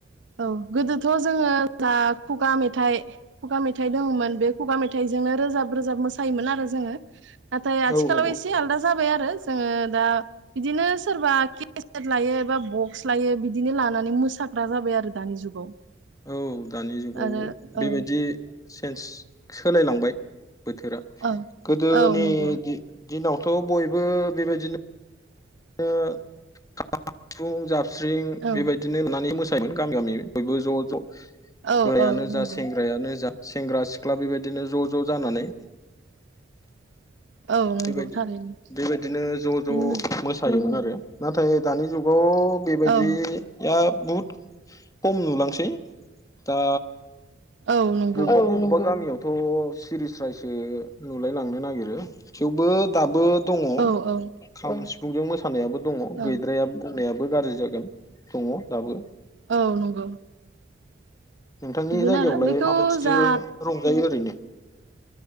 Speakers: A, on the right; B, on the left.
A: औ गोदोथ' जोङो। दा खुगा मेथाइ खुगा मेथाइ दङमोन बे खुगा मेथाइजोंनो रोजाब रोजाब मोसायोमोन आरो जोङो नाथाय आथिखालाव
B: औ
A: एसे
B: औ
A: आलदा जाबाय आरो जोङो दा बिदिनो सोरबा केसेट लायो एबा बक्स लायो बिदिनो लानानै मोसाग्रा जाबाय आरो दानि जुगाव
B: औ दानि जुगाव
A: आरो औ
B: बेबायदि सेन्स सोलायलांबाय बोथोरा
A: औ
B: गोदोनि
A: औ नंगौ
B: दि-दिनाव थ बयबो बेबायदिनो <unintelligible> साबस्रिं
A: औ
B: बेबायदिनो लानानै मोसा योमोन गामि गामि बयबो ज' ज'
A: औ
B: बोरायानो
A: औ नंगौ
B: जा सेंग्रायानो जा सेंग्रा सिख्ला बेबायदिनो ज' ज' जानानै
A: औ नंगौ
B: बेबायदि
A: थारैनो
B: बेबायदिनो ज' ज'
A: बिदिनो
B: मोसायोमोन नाथाय दानि जुगाव बेबायदिया
A: औ
B: बुहुद खम नुलांसै दा
A: औ नंगौ
B: बबेबा बबेबा गामियाव थ' सिरि स्रायसो नुलाय लांनो नागिरो थेवबो दाबो दङ
A: औ औ
B: खाम सिफुं फुंजों मोसा नायाबो दङ गैद्रायाबो
A: औ
B: होननायाबो गाज्रि जागोन दङ दाबो
A: औ नंगौ
B: नोंथांनि
A: बिदिनो
B: जायगायावलाय
A: आरो बेखौ
B: माबायदिथो
A: जा
B: रंजायो ओरैनो